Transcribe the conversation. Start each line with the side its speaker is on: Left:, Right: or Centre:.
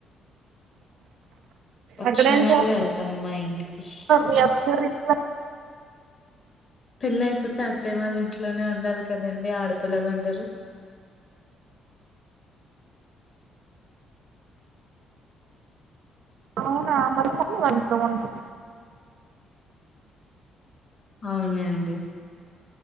Left: వచ్చిన
Right: అక్కడేం చేస్తున్నారు
Left: వెళ్తాను మా ఇంటికి
Right: మీ అత్తగారి ఇంట్లో
Left: పెళ్ల అయిపోతే అత్తయ్య వాళ్ళు ఇంట్లోనే ఉండాలి కదండి ఆడపిల్లలు అందరూ
Right: అవునా మరి మమ్మీ వాళ్ళ ఇంట్లో ఉండు
Left: అవునండి